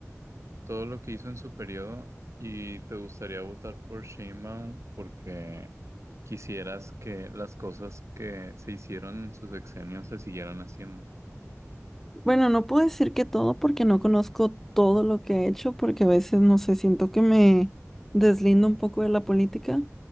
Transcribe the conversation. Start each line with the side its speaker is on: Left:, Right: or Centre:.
Right: todo lo que hizo en su periodo y te gustaría votar por Sheinbaum porque quisieras que las cosas que se hicieron en su sexenio se siguieran haciendo?
Centre: Bueno, no puedo decir que todo porque no conozco todo lo que ha hecho, porque a veces, no sé, siento que me deslindo un poco de la política,